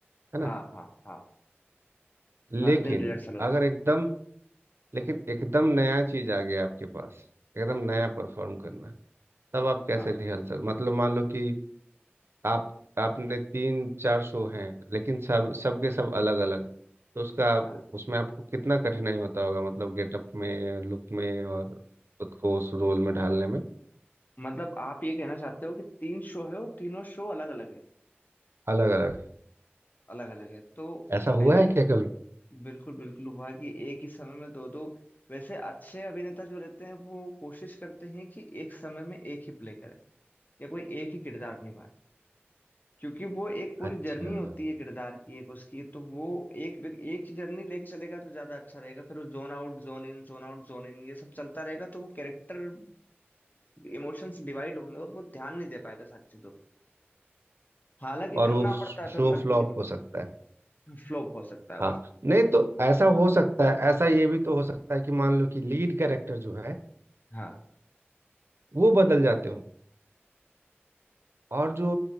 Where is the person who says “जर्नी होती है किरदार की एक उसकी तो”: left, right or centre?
Left